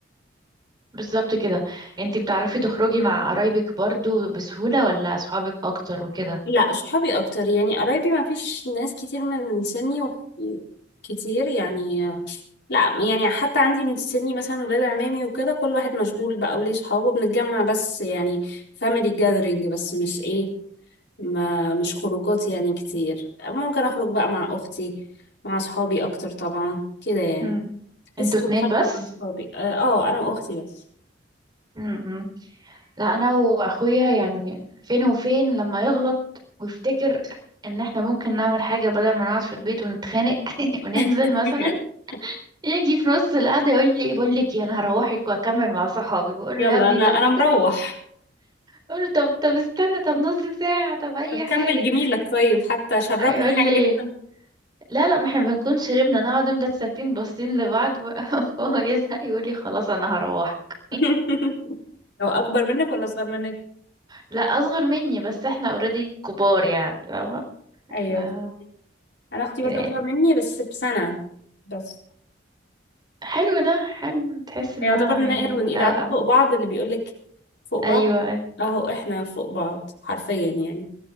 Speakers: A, on the right (about 20°); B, on the left (about 60°).
A: بالظبط كده انتي بتعرفي تخرجي مع قرايبك برضو بسهولة ولا أصحابك أكتر وكده
B: لا صحابي أكتر يعني قرايبي ما فيش ناس كتير من سني و... كتير يعني لا يعني حتى عندي من سني مثلا ولاد عمامي وكده كل واحد مشغول بقى وليه صحابه بنتجمع بس يعني فاميلي جاذرينج بس مش ايه ما مش خروجات يعني كتير ممكن اخرج بقى مع اختي مع اصحابي اكتر طبعا كده يعني
A: امم انتوا
B: لسه كنت
A: اتنين
B: خارجه
A: بس
B: مع اصحابي اه آه، انا واختي بس
A: امم لا أنا وأخويا يعني فين وفين لما يغلط ويفتكر ان احنا ممكن نعمل حاجة بدل ما نقعد في البيت ونتخانق <laughs> وننزل
B: <laughs>
A: مثلا يجي في نص القعدة يقول لي ايه، بقول لك إيه، انا هروحك واكمل مع صحابي بقول
B: يلا
A: له يا ابني
B: انا
A: طب
B: انا مروح
A: بقول له طب طب استنى طب نص ساعة طب اي
B: طب كمل
A: حاجة
B: جميلك طيب حتى شربني
A: يقول
B: حاجه
A: لي لا لا ما احنا بنكون شربنا نقعد نفضل ساكتين باصين لبعض <laughs> فهو يزهق يقول لي خلاص انا هروحك
B: <laughs> لو اكبر منك ولا اصغر منك
A: لا اصغر مني بس احنا اوريدي كبار يعني فاهمة
B: ايوه
A: احنا
B: انا اختي
A: كده
B: برضو
A: يعني
B: اصغر مني بس بسنه بس
A: حلو ده حلو تحس انها
B: يعتبر
A: يعني
B: نقر ونقيل
A: توأم
B: عارفه فوق بعض اللي بيقولك فوق بعض
A: ايوه
B: اهو احنا فوق بعض حرفيا يعني